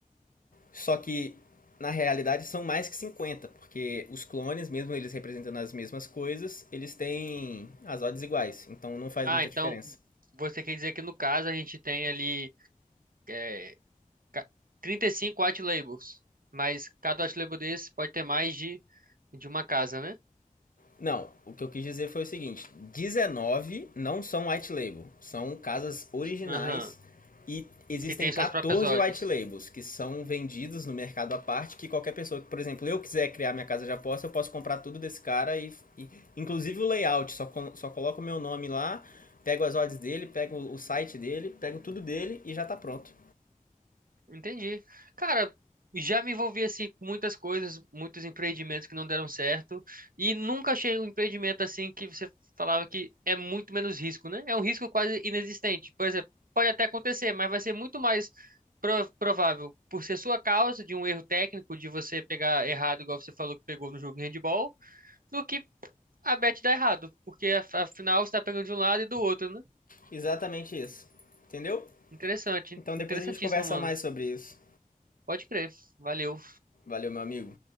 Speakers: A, on the left (about 70°); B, on the right (about 75°).
A: Só que na realidade são mais que 50, porque os clones, mesmo eles representando as mesmas coisas, eles têm as odds iguais, então não faz
B: Ah,
A: muita
B: então
A: diferença.
B: você quer dizer que no caso a gente tem ali é, ca- 35 white labels, mas cada white label desse pode ter mais de, de uma casa, né?
A: Não, o que eu quis dizer foi o seguinte: 19 não são white label, são casas originais
B: Aham.
A: e existem
B: Que tem
A: 14
B: suas próprias odds.
A: white labels que são vendidos no mercado à parte. Que qualquer pessoa que, por exemplo, eu quiser criar minha casa de aposta, eu posso comprar tudo desse cara e, e inclusive o layout, só, só coloco o meu nome lá, pego as odds dele, pego o site dele, pego tudo dele e já tá pronto.
B: Entendi. Cara, já me envolvi assim com muitas coisas, muitos empreendimentos que não deram certo e nunca achei um empreendimento assim que você falava que é muito menos risco, né? É um risco quase inexistente. Por exemplo, pode até acontecer, mas vai ser muito mais pro- provável por ser sua causa de um erro técnico, de você pegar errado, igual você falou que pegou no jogo de handball, do que a bet dar errado, porque af- afinal você tá pegando de um lado e do outro, né?
A: Exatamente isso, entendeu?
B: Interessante,
A: Então depois
B: interessantíssimo,
A: a gente conversa
B: mano.
A: mais sobre isso.
B: Pode crer. Valeu.
A: Valeu, meu amigo.